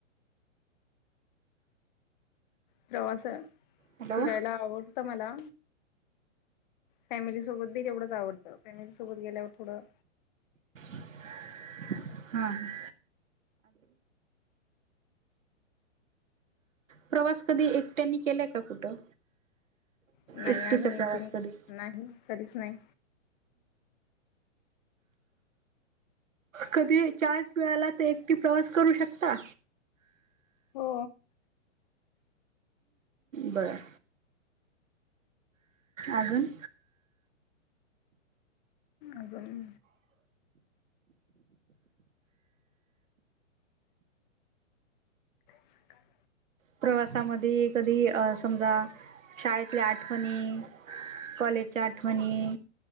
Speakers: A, on the left (about 40°); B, on the right (about 80°).
A: प्रवास
B: हॅलो
A: फिरायला आवडतं मला. फॅमिलीसोबत बी तेवढंच आवडतं फॅमिली सोबत गेल्यावर थोडं-
B: हम् ह. प्रवास कधी एकट्यांनी केलायं का कुठं?
A: नाही
B: एकटीचा
A: अजून एकटे
B: प्रवास कधी
A: नाही कधीच नाही.
B: कधी चाळीस वेळाला ते एकटी प्रवास करू शकता.
A: हो.
B: बरं. अजून.
A: अजून सकाल
B: प्रवासामध्ये कधी अ समजा शाळेतल्या आठवणी कॉलेजच्या आठवणी